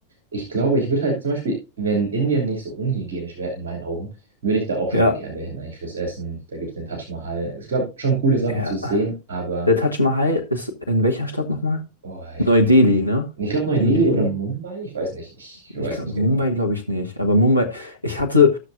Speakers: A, on the right (about 55°); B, on the left (about 85°).
A: Ich glaube, ich würde halt zum Beispiel, wenn Indien nicht so unhygienisch wäre, in meinen Augen, würde ich da auch schon
B: Ja,
A: mal gerne hin, eigentlich fürs Essen. Da gibt es den Taj Mahal. Ich glaube, schon coole Sachen
B: ja.
A: zu sehen, aber
B: Der Taj Mahal ist in welcher Stadt nochmal?
A: oh, ich,
B: Neu-Delhi, ne?
A: ich glaube, Neu-Delhi
B: New Delhi?
A: oder Mumbai? Ich weiß nicht. Ich weiß
B: Ich glaube,
A: nicht
B: Mumbai
A: genau.
B: glaube ich nicht. Aber Mumbai, ich hatte,